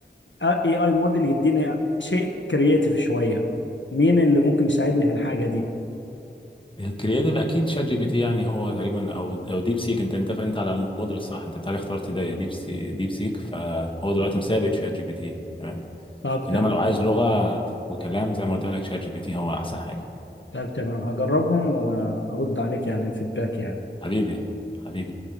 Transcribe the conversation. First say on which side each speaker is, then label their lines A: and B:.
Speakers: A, on the left (about 80°); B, on the left (about 25°).
A: اي اي موديل يديني شيء كرييتيف شويه مين اللي ممكن يساعدني في الحاجه دي
B: الكرياتيف اكيد شات جي بي تي يعني هو تقريبا او او ديب سيك انت انت انت على الموديل الصح انت بتاعي اخترت ده ديب سي ديب سيك فهو دلوقتي مسابق شات جي بي تي تمام
A: طب
B: انما
A: تمام
B: لو عايز لغه وكلام زي ما قلت لك شات جي بي تي هو احسن حاجه
A: طب تمام هجربهم وارد عليك يعني الفيدباك يعني
B: حبيبي حبيبي